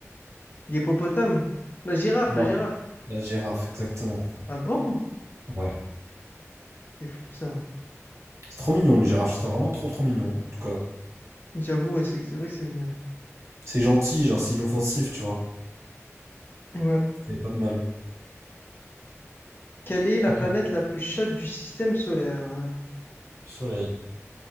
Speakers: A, on the left; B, on the right.
A: L'hippopotame, la girafe,
B: Non.
A: la girafe.
B: La girafe, exactement.
A: Ah bon?
B: Ouais.
A: C'est fou ça.
B: C'est trop mignon, une girafe. Ce serait vraiment trop, trop mignon, en tout cas.
A: J'avoue, ouais, c'est c'est vrai que c'est venu.
B: C'est gentil, genre, c'est inoffensif, tu vois.
A: Ouais.
B: C'est pas de mal.
A: Quelle est la
B: Attends.
A: planète la plus chaude du système solaire? hein
B: Soleil.